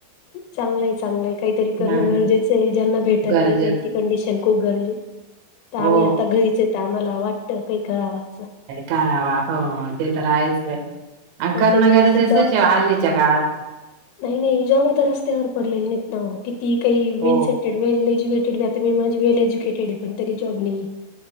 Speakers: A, on the left (about 90°); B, on the right (about 70°).
A: चांगलंय चांगलंय काहीतरी करणं
B: हा,
A: गरजेचं ये ज्यांना भेटत
B: गरजेच
A: नाही त्यांची कंडिशन खूप गरजे तर आम्ही
B: हो
A: आता घरीच ये तर आम्हाला वाटत काही करावं असं
B: करावा हो ते तर आहेच अन
A: नाहीतरी
B: करण गरजेचेच
A: अशी जॉब
B: आहे हल्लीच्या काळात
A: नाही नाही जॉब आता रस्त्यावर पडलेले नाहीत ना किती काही
B: हो
A: वेल एज्युकेटेड ये आता मी माझे वेल एज्युकेटेड ये, तरी जॉब नाही.